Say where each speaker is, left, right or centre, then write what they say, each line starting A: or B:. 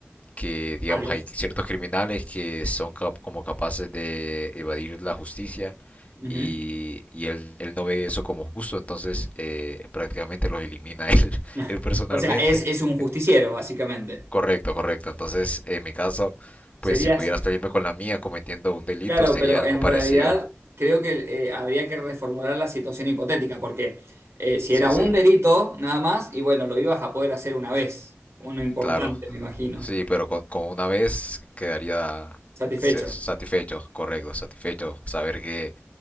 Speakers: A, on the left; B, on the right.
A: que digamos
B: Al ojo.
A: hay ciertos criminales que son cap- como capaces de evadir la justicia
B: Ujú.
A: y, y él, él no ve eso como justo, entonces eh, prácticamente los elimina <laughs> él,
B: <laughs>
A: él personalmente.
B: O sea, es, es un justiciero,
A: Eh,
B: básicamente.
A: Correcto, correcto. Entonces, en mi caso,
B: Serías.
A: pues si pudiera salirme con la mía cometiendo un delito
B: Claro,
A: sería
B: pero
A: algo
B: en
A: parecido.
B: realidad creo que eh, habría que reformular la situación hipotética, porque eh, si
A: Sí,
B: era un
A: sí,
B: delito nada más, y bueno, lo ibas a poder hacer una vez, uno importante,
A: claro.
B: me imagino,
A: Sí, pero con, con una vez quedaría
B: satisfecho.
A: se- satisfecho, correcto, satisfecho, saber que